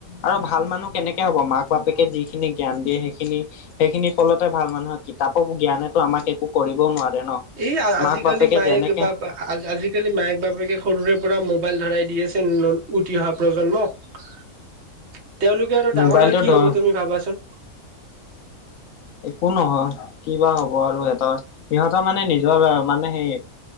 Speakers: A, on the left; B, on the right.
A: আৰু ভাল মানুহ কেনেকৈ হ'ব মাক বাপেকে যিখিনি জ্ঞান দিয়ে, সেইখিনি। সেইখিনি ফলতে ভাল মানুহৰ কিতাপৰ জ্ঞানেতো আমাক একো কৰিবও নোৱাৰে ন।
B: এই আ আজিকালি
A: মাক বাপেকে
B: মায়ে
A: যেনেকে
B: কিবা। বা আ আজিকালি মায়েক বাপেকে সৰুৰে পৰা মোবাইল ধৰাই দি আছে ন উঠি অহা প্ৰজন্মক। তেওঁলোকে আৰু
A: মোবাইলটো
B: ডাঙৰ হৈ কি
A: ধৰ
B: হ'ব তুমি ভাবাচোন।
A: একো নহয়! কি বা হ'ব আৰু সিহঁতৰ, সিহঁতৰ মানে নিজৰ মানে সেই